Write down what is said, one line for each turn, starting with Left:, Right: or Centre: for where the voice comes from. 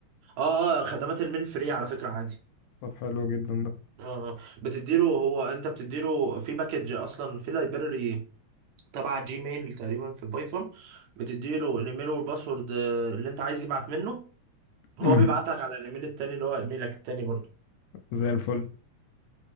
Right: اه اه خدمات الميل فري على فكرة عادي
Left: طب حلو جدا ده
Right: اه آه. بتديله هو انت بتديله في باكج اصلا في لايبراري تبع جيميل تقريبا في البايثون بتديله الايميل والباسورد آه، اللي انت عايز يبعت منه هو
Left: مهم.
Right: بيبعت لك على الايميل التاني اللي هو ايميلك التاني برضه
Left: زي الفل